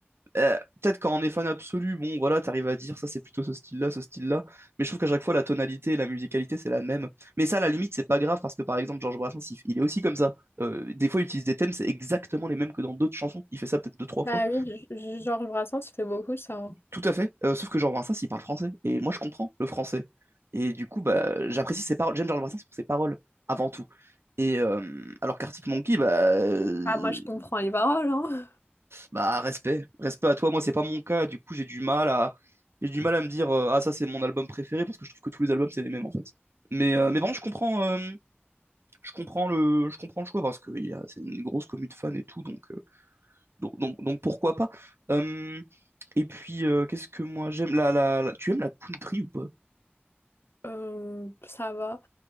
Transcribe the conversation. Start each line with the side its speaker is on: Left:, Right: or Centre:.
Right: euh, peut-être quand on est fan absolu, bon, voilà, t'arrives à dire ça, c'est plutôt ce style-là, ce style-là, mais je trouve qu'à chaque fois la tonalité et la musicalité c'est la même. Mais ça, à la limite, c'est pas grave parce que par exemple Georges Brassens, il, il est aussi comme ça. Euh, des fois, il utilise des thèmes, c'est exactement les mêmes que dans d'autres chansons. Il fait ça peut-être deux, trois
Left: Bah
Right: fois.
Left: oui, G- G- Georges Brassens, il fait beaucoup ça. hein.
Right: Tout à fait. Euh, sauf que Georges Brassens, il parle français. Et moi, je comprends le français. Et du coup, bah, j'apprécie ses paroles. J'aime Georges Brassens pour ses paroles, avant tout. Et euh, alors qu'Arctic Monkey, bah, euh,
Left: Ah, moi, je comprends les paroles, hein. <laughs>
Right: bah, respect. Respect à toi. Moi, c'est pas mon cas. Du coup, j'ai du mal à, j'ai du mal à me dire, euh, ah, ça, c'est mon album préféré, parce que je trouve que tous les albums, c'est les mêmes, en fait. Mais, euh, mais vraiment, je comprends, euh, je comprends le, je comprends le choix, parce que il y a- c'est une grosse commu de fans et tout, donc, euh, donc, donc, donc pourquoi pas. Euh, et puis, euh, qu'est-ce que moi j'aime? La, la, la- Tu aimes la country ou pas?
Left: Euh, ça va.